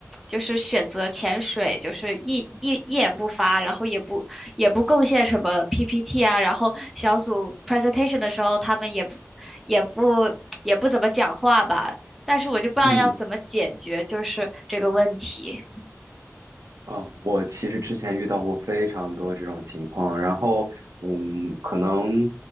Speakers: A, in the centre; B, on the right (about 75°).
A: 就是选择潜水，就是一一一言不发，然后也不也不贡献什么 PPT 啊，然后小组 presentation 的时候，他们也不也不 <tsk> 也不怎么讲话吧。但是我就不知道要怎么解决就是这个问题。
B: 嗯，啊，我其实之前遇到过非常多这种情况，然后，嗯，可能，